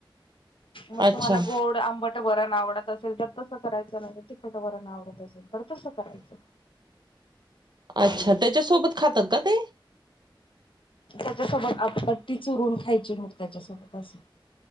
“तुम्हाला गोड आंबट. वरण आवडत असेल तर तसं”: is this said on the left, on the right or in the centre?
Left